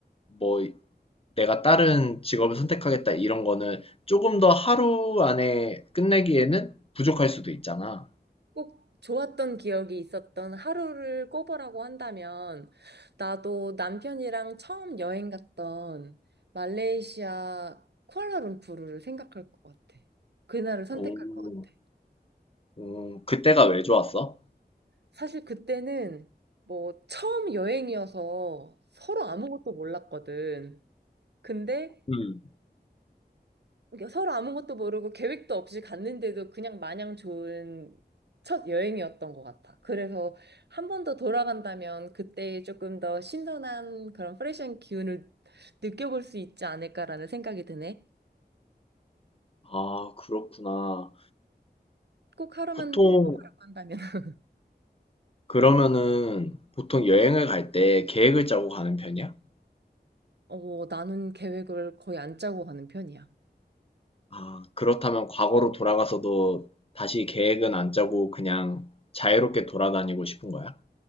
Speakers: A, on the left (about 35°); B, on the right (about 75°).
A: 뭐 내가 다른 직업을 선택하겠다 이런 거는 조금 더 하루 안에 끝내기에는 부족할 수도 있잖아.
B: 꼭 좋았던 기억이 있었던 하루를 꼽으라고 한다면, 나도 남편이랑 처음 여행 갔던 말레이시아 쿠알라룸푸르를 생각할 것 같아. 그날을 선택할
A: 오.
B: 것 같아.
A: 어, 그때가 왜 좋았어?
B: 사실 그때는 뭐 처음 여행이어서 서로 아무것도 몰랐거든. 근데
A: 음.
B: 그러니까 서로 아무것도 모르고 계획도 없이 갔는데도 그냥 마냥 좋은 첫 여행이었던 것 같아. 그래서 한 번 더 돌아간다면 그때 조금 더 신선한 그런 프레시한 기운을 느껴볼 수 있지 않을까라는 생각이 드네.
A: 아, 그렇구나.
B: 꼭 하루만
A: 보통,
B: 뽑으라고 한다면. <laughs>
A: 그러면은, 보통 여행을 갈 때 계획을 짜고 가는 편이야?
B: 어, 나는 계획을 거의 안 짜고 가는 편이야.
A: 아, 그렇다면 과거로 돌아가서도 다시 계획은 안 짜고 그냥 자유롭게 돌아다니고 싶은 거야?